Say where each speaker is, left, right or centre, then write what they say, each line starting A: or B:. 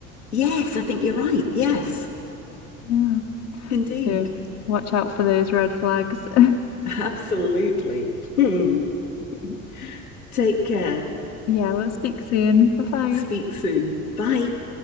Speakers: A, on the left; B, on the left.
A: Yes, I think you're right. Yes,
B: Yeah.
A: indeed.
B: So watch out for those red flags. <laughs>
A: Absolutely. Hmm. <laughs> Take care.
B: Yeah, let's speak soon. Bye bye.
A: Speak soon. Bye.